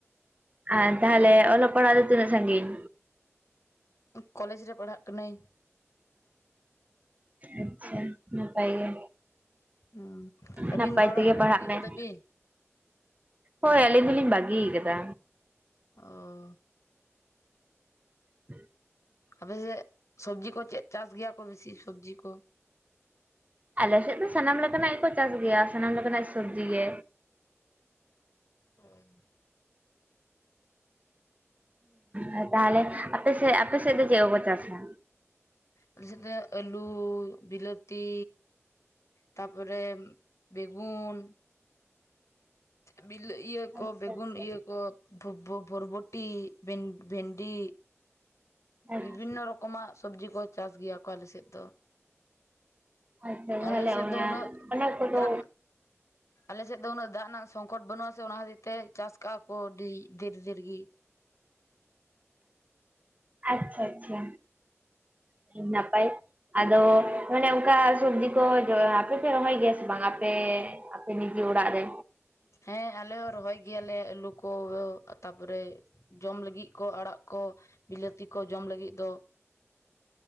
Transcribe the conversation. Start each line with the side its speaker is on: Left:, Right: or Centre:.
Right: ᱟᱨ ᱛᱟᱦᱞᱮ ᱚᱞᱚᱜ ᱯᱟᱲᱦᱟᱜ ᱫᱚ ᱛᱤᱱᱟᱹᱜ ᱥᱟᱺᱜᱤᱧ
Left: ᱠᱚᱞᱮᱡᱽ ᱨᱮ ᱯᱟᱲᱦᱟᱜ ᱠᱟᱱᱟᱹᱧ
Right: ᱟᱪᱪᱷᱟ ᱱᱟᱯᱟᱭ ᱜᱮ
Left: ᱦᱩᱸ ᱟᱹᱵᱤᱱ
Right: ᱱᱟᱯᱟᱭ
Left: ᱫᱚ ᱚᱞᱚᱜ
Right: ᱛᱮᱜᱮ ᱯᱟᱲᱦᱟᱜ
Left: ᱵᱟᱹᱜᱤ
Right: ᱢᱮ
Left: ᱠᱟᱫᱟ ᱵᱤᱱ
Right: ᱦᱳᱭ ᱟᱹᱞᱤᱧ ᱫᱚᱞᱤᱧ ᱵᱟᱹᱜᱤᱭ ᱟᱠᱟᱫᱟ
Left: ᱚᱻ
Right: <unintelligible>
Left: ᱟᱯᱮ ᱥᱮᱫ ᱥᱚᱵᱽᱡᱤ ᱠᱚ ᱪᱮᱫ ᱪᱟᱥ ᱜᱮᱭᱟ ᱠᱚ ᱵᱤᱥᱤ ᱥᱚᱵᱽᱡᱤ ᱠᱚ
Right: ᱟᱞᱮ ᱥᱮᱫ ᱫᱚ ᱥᱟᱱᱟᱢ ᱞᱮᱠᱟᱱᱟᱜ ᱜᱮᱠᱚ ᱪᱟᱥ ᱜᱮᱭᱟ ᱥᱟᱱᱟᱢ ᱞᱮᱠᱟᱱᱟᱜ ᱥᱚᱵᱽᱡᱤ ᱜᱮ᱾
Left: ᱦᱮᱸ <unintelligible>
Right: ᱦᱮᱸ ᱛᱟᱦᱟᱞᱮ ᱟᱯᱮᱥᱮᱫ ᱟᱯᱮᱥᱮᱫ ᱫᱚ ᱪᱮᱫ ᱠᱚᱠᱚ ᱪᱟᱥᱟ?
Left: ᱟᱞᱮ ᱥᱮᱫ ᱫᱚ ᱟᱹᱞᱩ ᱵᱤᱞᱟᱹᱛᱤ ᱛᱟᱯᱚᱨᱮ ᱵᱮᱜᱩᱱ ᱵᱤᱞᱟᱹ ᱤᱭᱟᱹ
Right: ᱟᱪᱪᱷᱟ
Left: ᱠᱚ ᱵᱮᱜᱩᱱ
Right: ᱟᱪᱪᱷᱟ᱾
Left: ᱤᱭᱟᱹ ᱠᱚ ᱵᱷᱚᱨ ᱵᱷᱚᱨ ᱵᱷᱚᱨᱵᱚᱴᱤ ᱵᱷᱮᱱ ᱵᱷᱮᱱᱰᱤ
Right: ᱟᱪᱪᱷᱟ
Left: ᱵᱤᱵᱷᱤᱱᱱᱚ ᱨᱚᱠᱚᱢᱟᱜ ᱥᱚᱵᱽᱡᱤ ᱠᱚ ᱪᱟᱥ ᱜᱮᱭᱟ ᱠᱚ ᱟᱞᱮ ᱥᱮᱫ ᱫᱚ᱾
Right: ᱟᱪᱪᱷᱟ ᱛᱟᱦᱚᱞᱮ
Left: ᱟᱞᱮ ᱥᱮᱫ
Right: ᱚᱱᱟ
Left: ᱫᱚ ᱩᱱᱟᱹᱜ
Right: ᱚᱱᱟ ᱠᱚᱫᱚ
Left: ᱫᱟᱜ ᱟᱞᱮ ᱥᱮᱫ ᱫᱚ ᱩᱱᱟᱹᱜ ᱫᱟᱜ ᱨᱮᱱᱟᱜ ᱥᱚᱝᱠᱚᱴ ᱵᱟᱹᱱᱩᱜ ᱟᱥᱮ ᱚᱱᱟ ᱠᱷᱟᱹᱛᱤᱨ ᱛᱮ ᱪᱟᱥ ᱠᱟᱜ-ᱟ ᱠᱚ ᱟᱹᱰᱤ ᱰᱷᱮᱨ ᱰᱷᱮᱨᱜᱤ
Right: ᱟᱪᱪᱷᱟ ᱟᱪᱪᱷᱟ ᱟᱰᱤ ᱱᱟᱯᱟᱭ ᱟᱫᱚ ᱢᱟᱱᱮ ᱚᱱᱠᱟ ᱥᱚᱵᱽᱡᱤ ᱠᱚ ᱟᱯᱮ ᱯᱮ ᱨᱚᱦᱚᱭ ᱜᱮᱭᱟ ᱥᱮ ᱵᱟᱝ ᱟᱯᱮ ᱟᱯᱮ ᱱᱤᱡᱮ ᱚᱲᱟᱜ ᱨᱮ
Left: ᱦᱮᱸ ᱟᱞᱮ ᱦᱚᱸ ᱨᱚᱦᱚᱭ ᱜᱮᱭᱟ ᱞᱮ ᱟᱹᱞᱩ ᱠᱚ ᱛᱟᱯᱚᱨᱮ ᱡᱚᱢ ᱞᱟᱹᱜᱤᱫ ᱠᱚ ᱟᱲᱟᱜ ᱠᱚ ᱵᱤᱞᱟᱹᱛᱤ ᱠᱚ ᱡᱚᱢ ᱞᱟᱹᱜᱤᱫ ᱫᱚ